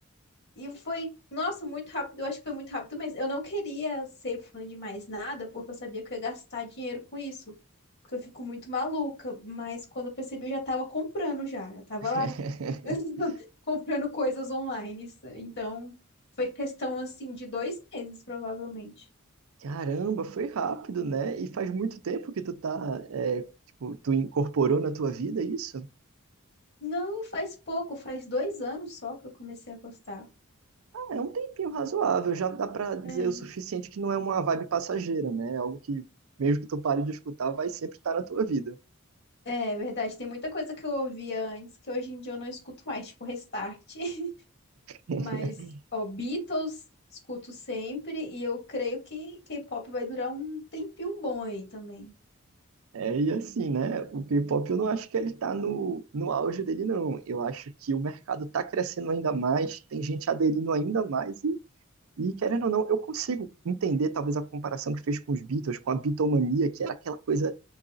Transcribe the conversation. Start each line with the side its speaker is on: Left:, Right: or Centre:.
Left: E foi, nossa, muito rápido. Eu acho que foi muito rápido mesmo. Eu não queria ser fã de mais nada, porque eu sabia que eu ia gastar dinheiro com isso. Porque eu fico muito maluca. Mas quando eu percebi, eu já tava comprando já. Eu tava
Right: <laughs>
Left: lá <laughs> comprando coisas online. Então, foi questão assim de dois meses, provavelmente.
Right: Caramba, foi rápido, né? E faz muito tempo que tu tá, é, tipo, tu incorporou na tua vida isso?
Left: Não, faz pouco, faz dois anos só que eu comecei a gostar.
Right: Ah, é um tempinho razoável, já dá pra dizer
Left: É.
Right: o suficiente que não é uma vibe passageira, né? É algo que, mesmo que tu pare de escutar, vai sempre estar na tua vida.
Left: É verdade, tem muita coisa que eu ouvia antes que hoje em dia eu não escuto mais, tipo Restart. <laughs>
Right: <laughs>
Left: Mas, ó, Beatles escuto sempre e eu creio que K-pop vai durar um tempinho bom aí também.
Right: É, e assim, né? O K-pop eu não acho que ele tá no, no auge dele, não. Eu acho que o mercado tá crescendo ainda mais, tem gente aderindo ainda mais, e, e querendo ou não, eu consigo entender talvez a comparação que fez com os Beatles, com a Beatlemania, que era aquela coisa